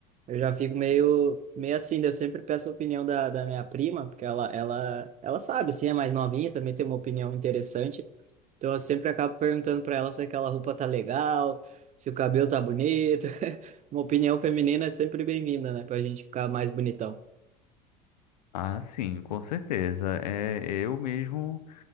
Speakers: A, on the right (about 35°); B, on the left (about 80°).
A: Eu já fico meio, meio assim, daí eu sempre peço a opinião da, da minha prima, porque ela, ela, ela sabe, sim, é mais novinha, também tem uma opinião interessante. Então eu sempre acabo perguntando para ela se aquela roupa tá legal, se o cabelo tá bonito. <laughs> Uma opinião feminina é sempre bem-vinda, né? Pra gente ficar mais bonitão.
B: Ah, sim, com certeza. É, eu mesmo,